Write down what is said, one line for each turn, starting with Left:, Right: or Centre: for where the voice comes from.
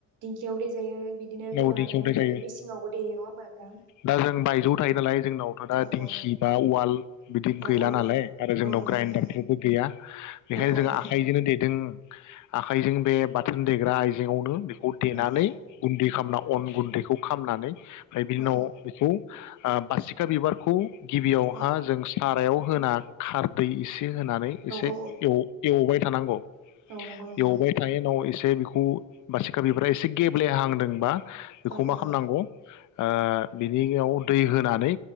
Right: दिंखियावबो देजायो बिदिनो गोबाङानो
Left: औ दिंखियाव बो थायो
Right: बे मेसिङावबो देयो नङा होमबा नोंथां
Left: दा जों बायजोआव थायो नालाय जोंनावथ' दा
Right: औ
Left: दिंखि
Right: औ
Left: बा उवाल बिदि
Right: औ
Left: गैला
Right: औ
Left: नालाय आरो जोंनाव
Right: औ नंगौ
Left: ग्राइडारफोरबो
Right: नोंथां
Left: गैया बेखायनो
Right: औ औ
Left: जों
Right: औ
Left: आखाइजोंनो देदों आखाइजों बे बाथोन देग्रा आइजेंआवनो देनानै
Right: औ
Left: गुन्दै खामना अन गुन्दैखौ खामनानै ओमफ्राय बिनि
Right: औ
Left: उनाव बेखौ आ बासिखा बिबारखौ गिबियावहा
Right: औ
Left: जों सारायाव होना खारदै एसे ए होनानै
Right: औ
Left: एसे
Right: औ
Left: एव- एवबाय थानांगौ
Right: औ औ नंगौ नोंथां
Left: एवबाय थानाय उनाव एसे बे बेखौ बारसिखाबिबारा एसे गेब्ले हांदों बेखौ
Right: औ औ
Left: मा खामनांगौ ओ बिनियाव दै होनानै